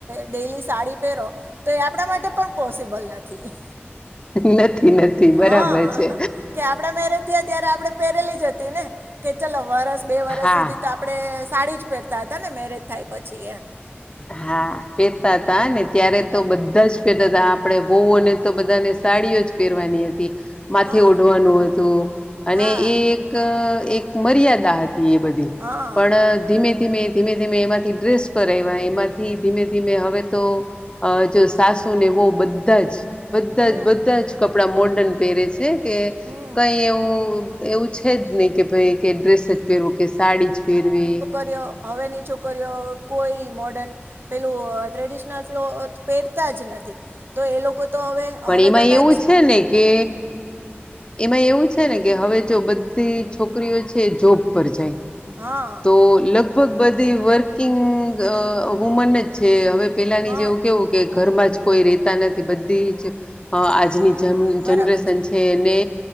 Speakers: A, on the right; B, on the left.
A: ડેલી સાડી પહેરો તો એ આપણા માટે પણ પોસિબલ નથી
B: નથી નથી બરાબર
A: હા
B: છે.
A: કે આપડા મેરેજ થયા ત્યારે આપડે પહેરેલી જ હતી ને કે ચાલ વરસ બે વરસ
B: હા
A: સુધી તો આપણે સાડી જ પહેરતા હતા ને મેરેજ થાય પછી એમ
B: હા પહેરતા હતા ને ત્યારે તો બધા જ પહેતા હતા આપડે વહુઓને તો બધાને સાડીઓ જ પહેરવાની હતી હતી માથે
A: હા
B: ઓઢવાનું હતું અને
A: હા
B: એ એક એક મર્યાદા હતી બધી
A: હા
B: પણ ધીમે ધીમે ધીમે ધીમે એમાંથી ડ્રેસ પર આઇવા માંથી ધીમે ધીમે હવે તો અ જો સાસુ ને વહુ બધા જ બધા
A: હમ
B: જ બધા જ કપડાં મોર્ડર્ન પહેરે છે છે કે
A: હમ
B: કઈ એવું એવું છે જ નહીં કે ભાઈ કે ડ્રેસ જ પહેરવું કે સાડી જ પહેરવી
A: કરીઓ હવેની છોકરીઓ કોઈ મોર્ડન પેલું ટ્રેડિશનલ ક્લૉથ પહેરતા જ નથી તો એ લોકો તો હવે
B: પણ
A: હવે કદાચ
B: એમાં એવું છે ને કે એમાં એવું છે ને કે હવે જો બધી છોકરીઓ છે જોબ પર જાય
A: હા
B: તો લગભગ બધી વર્કિંગ અ વુમન જ છે હવે પેલાની
A: હા
B: જેવું કેવું કે ઘરમાં જ કોઈ રહેતા નથી બધી જ આજની
A: હમ
B: જમ
A: બરાબર
B: જનરેશન છે એને